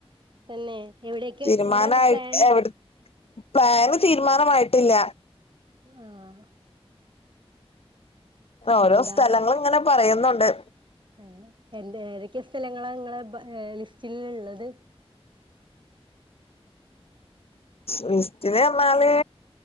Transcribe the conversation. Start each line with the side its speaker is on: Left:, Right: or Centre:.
Right: തന്നെ എവിടേക്ക്
Left: തീരുമാനമായി്
Right: എവിടാണ് പ്ലാന്
Left: എവിടെ പ്ലാന് തീരുമാനമായിട്ടില്ല
Right: ആഹ
Left: ഓരോ
Right: എന്താ
Left: സ്ഥലങ്ങള് ഇങ്ങനെ പറയുന്നുണ്ട്
Right: ഏ എ ഏതൊക്കെ സ്ഥലങ്ങളാ നിങ്ങളെ ലിസ്റ്റിൽ ഇള്ളത്
Left: ലിസ്റ്റില് പറഞ്ഞാല്